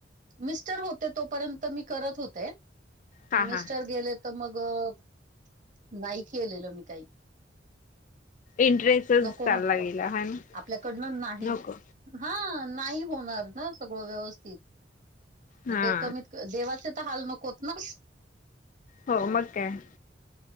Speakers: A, on the right (about 45°); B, on the left (about 45°).
A: मिस्टर होते, तोपर्यंत मी करत होते. पण
B: हा
A: मिस्टर
B: हा
A: गेले तर, मग अ नाही केलेलं मी काही.
B: इंटरेस्टच.
A: नको
B: चालला
A: म्हटलं,
B: गेला हा ना
A: आपल्याकडनं नाही.
B: नको
A: हां नाही होणार ना सगळं व्यवस्थित, म
B: हा
A: ते कमीत देवाचे तर हाल नकोत ना?
B: हो मग काय?